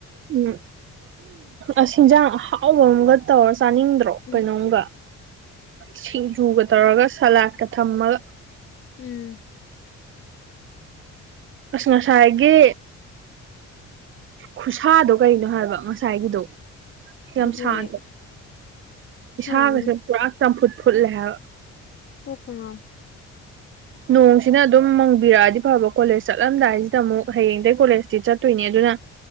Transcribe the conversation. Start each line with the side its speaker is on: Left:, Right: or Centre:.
Right: ꯎꯝ ꯑ ꯍꯦꯟꯖꯥꯡ ꯑꯍꯥꯎꯕ ꯑꯃꯒ ꯇꯧꯔ ꯆꯥꯅꯤꯡꯗ꯭ꯔꯣ
Left: ꯎꯝ
Right: ꯀꯩꯅꯣꯝꯒ ꯁꯤꯡꯖꯨꯒ ꯇꯧꯔꯒ ꯁꯂꯥꯗꯀ ꯊꯝꯃꯒ
Left: ꯎꯝ
Right: ꯑꯁ ꯉꯁꯥꯏꯒꯤ ꯈꯨꯁꯥꯗꯣ ꯀꯩꯅꯣ ꯍꯥꯏꯕ ꯉꯁꯥꯏꯒꯤꯗꯣ ꯌꯥꯝ
Left: ꯑꯗꯨ
Right: ꯁꯥꯗ꯭ꯔꯣ
Left: ꯑꯗꯨꯅꯦ ꯈꯨꯠꯁꯥ
Right: ꯏꯁꯥꯒꯁꯦ
Left: ꯑꯃꯅꯤ
Right: ꯄꯨꯔꯥ ꯆꯝꯐꯨꯠ ꯐꯨꯠꯂꯦ ꯍꯥꯏꯕ
Left: ꯀꯣꯛꯀꯥ ꯉꯥꯎꯋꯦ
Right: ꯅꯣꯡꯁꯤꯅ ꯑꯗꯨꯝ ꯃꯪꯕꯤꯔꯛꯑꯗꯤ ꯐꯕ ꯀꯣꯂꯦꯖ ꯆꯠꯂꯝꯗꯥꯏꯁꯤꯗ ꯑꯃꯨꯛ ꯍꯌꯦꯡꯗꯒꯤꯩ ꯀꯣꯂꯦꯖ ꯁꯤ ꯆꯠꯇꯣꯏꯅꯦ ꯑꯗꯨꯅ